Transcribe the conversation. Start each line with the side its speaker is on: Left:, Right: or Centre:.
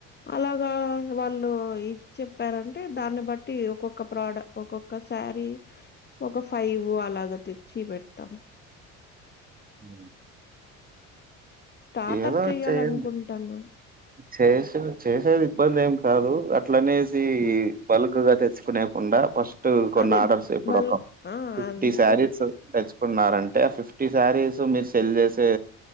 Left: అలాగా వాళ్ళు ఇది చెప్పారంటే దాన్ని బట్టి ఒక్కొక్క ప్రోడ ఒక్కొక్క శారీ ఒక ఫైవ్ అలాగ తెచ్చి పెడతాము.
Right: ఉ <inaudible>
Left: స్టార్టప్
Right: ఏదో
Left: చేయాలనుకుంటాను
Right: చేయండి. చేసే చేసేది ఇబ్బంది ఏం కాదు కాన్ అట్లనేసి
Left: హ్మ్.
Right: పల్ ఎక్కువగ తెచ్చుకునే ఉండా ఫస్ట్ కొన్న
Left: అదే
Right: ఆర్డర్స్ ఇప్పుడు
Left: బల్
Right: ఒక
Left: ఆ
Right: ఫిఫ్టీ
Left: అందుకే
Right: శారీస్
Left: చెప్
Right: తెచ్చు కున్నారంటే ఆ ఫిఫ్టీ శారీస్ మీరు సెల్ చేసే